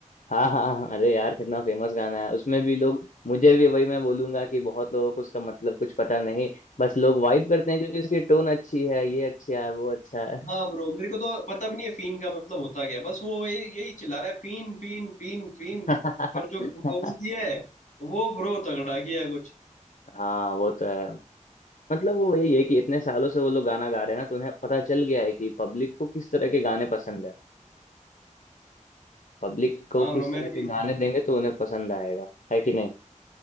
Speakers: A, on the left; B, on the left.
A: हाँ हाँ हाँ, अरे यार कितना फेमस गाना है उसमें भी लोग मुझे भी वही मैं बोलूंगा कि बहुत लोगों को उसका मतलब कुछ पता नहीं बस लोग वाइब करते हैं क्योंकि उसकी टोन अच्छी है ये अच्छा है वो अच्छा है
B: हाँ ब्रो मेरे को तो पता भी नहीं है फीन का मतलब होता क्या है। बस वो यही यही चिल्ला रहा है फीन फीन फीन फीन
A: <laughs>
B: पर जो कंपोज किया है वो ब्रो तगड़ा किया है कुछ
A: हाँ वो तो है मतलब वो यही है कि इतने सालों से वो लोग गाना गा रहे हैं ना तो उन्हें पता चल गया है कि पब्लिक को किस तरह के गाने पसंद है पब्लिक को
B: हाँ
A: किस
B: ब्रो मैं
A: तरह
B: भी
A: के
B: यही
A: गाने
B: सोच रहा
A: देंगे तो उन्हें पसंद आएगा है कि नहीं